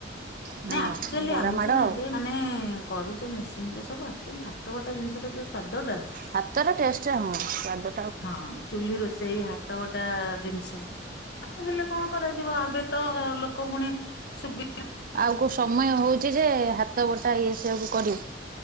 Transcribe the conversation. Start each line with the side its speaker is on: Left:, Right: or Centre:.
Right: ହଁ
Left: ନାଇଁ ଆକ୍ଚୁଆଲି
Right: ବରା
Left: ଆମେ
Right: ମାଡ
Left: ସିନା
Right: ଆଉ
Left: ଏବେ ମାନେ କରୁଛେ ମେସିନରେ ସବୁ ଆକ୍ଚୁଆଲି ହାତବଟା ଜିନିଷର ଯୋଉ ସ୍ଵାଦ ଟା
Right: ହାତର ଟେଷ୍ଟ ହଁ ସୁଆଦ
Left: ହଁ ଚୁଲି ରୋଷେଇ ହାତ ବଟା ଜିନିଷ ହେଲେ କଣ କରାଯିବ ଏବେ ତ ଲୋକ ପୁଣି ସୁବି
Right: ଆଉ କୋଉ ସମୟ ହୋଉଛି ଯେ ହାତ ବଟା ଇଏ ସିଏ କୁ କରିବୁ।